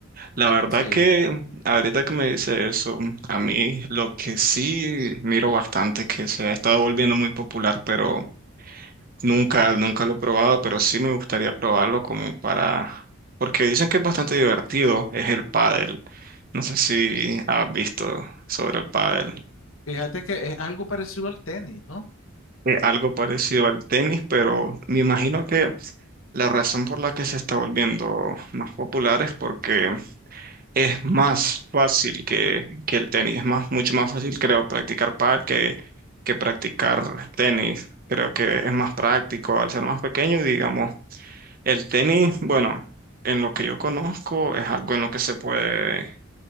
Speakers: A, on the right; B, on the left.
A: La verdad
B: Sí.
A: que ahorita que me dice eso, a mí lo que sí miro bastante es que se ha estado volviendo muy popular, pero Nunca, nunca lo he probado, pero sí me gustaría probarlo como para, porque dicen que es bastante divertido, es el pádel. No sé si has visto sobre el pádel.
B: Fíjate que es algo parecido al tenis, ¿no?
A: Es algo parecido al tenis, pero me imagino que la razón por la que se está volviendo más popular es porque es más fácil que, que el tenis. Es más, mucho más fácil, creo, practicar pádel que, que practicar tenis. Creo que es más práctico al ser más pequeño, y digamos. El tenis, bueno, en lo que yo conozco es algo en lo que se puede,